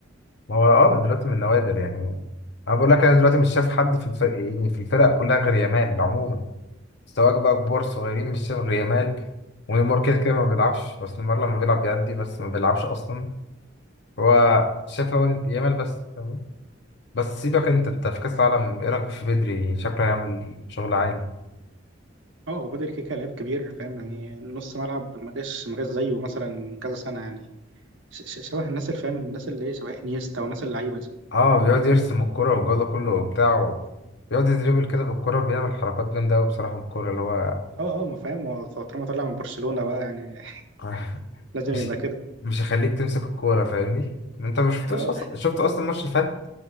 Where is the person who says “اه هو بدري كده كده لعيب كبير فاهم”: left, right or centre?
Right